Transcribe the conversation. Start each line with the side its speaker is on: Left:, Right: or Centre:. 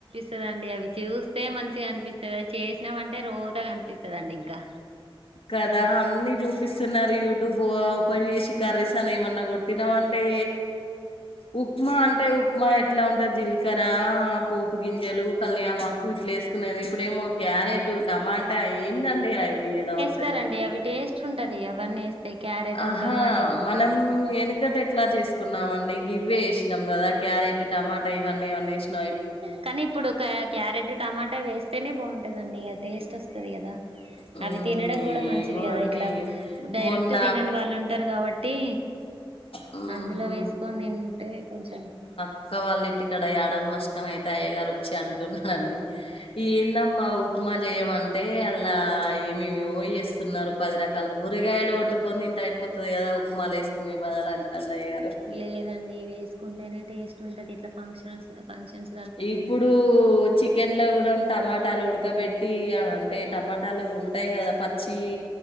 Right: తదండి అవి చూస్తే మంచిగా అన్పిస్తది అవి చేసినావంటే రోతగా అన్పిస్తదండి ఇంకా
Left: కదా అన్నీ చూపిస్తున్నారు యూట్యూబ్ ఓపెన్ చేసి కర్రీస్ అని ఏమన్నా కొట్టినామన్ టే ఉప్మా అంటే ఉప్మా ఎట్లా ఉంటది జీలకర్ర పోపు గింజలు కళ్యామాకు ఇట్లేస్ కునేది ఇప్పుడేమో క్యారెటు
Right: అవునండి
Left: టమాటా ఏందండి అవి ఎయ్యడం అస్
Right: ఇస్తారండి అవి టేస్ట్ ఉంటది అవన్నీ యేస్తే క్యారెటు
Left: అహా!
Right: టొమాటో
Left: మనం వెనుకట ఎట్లా చేసుకున్నామండి ఇవే వేసినాం కదా క్యారెట్ టమాటా ఇవన్నీ ఇవన్నీ వేసినాం.
Right: కాని ఇప్పుడు క్యా క్యారెట్ టమాటా వేస్తేనే బాగుంటదండి ఇగ టేస్ట్ వస్తాది కదా.
Left: హ్మ్.
Right: అవి తినడం కూడా మంచిది
Left: ఏమో
Right: కదా
Left: అండి.
Right: ఇట్లా డైరెక్ట్
Left: మొన్న
Right: తినని వాళ్ళు ఉంటారు కావ ట్టి
Left: హుహు.
Right: అందులో వేసుకొని తింటే కొంచెం
Left: ఒక్క వాళ్ళ ఇంటి కాడ ఏడాది మస్క్ అయితే అయ్య గారు వచ్చి అంటున్నాడు అండి. ఏందమ్మా ఉప్మా చేయమంటే అలా ఏమేమో చేస్తున్నారు పది రకాల కూరగాయలు వండుకొని తింటే అయిపోత్ తది కదా ఉప్మాలో వేసుకునే బదాలు అంటా అన్నయ్యగారు.
Right: లేదండి వేసుకుంటేనే టేస్ట్ ఉంటది ఇట్లా ఫంక్షన్స్ ఫంక్షన్స్
Left: ఇప్పుడు చి కెన్లో కూడా టమాటాలు ఉడకబెట్టి అంటే టమాటాలు ఉంటాయి కదా పచ్చివి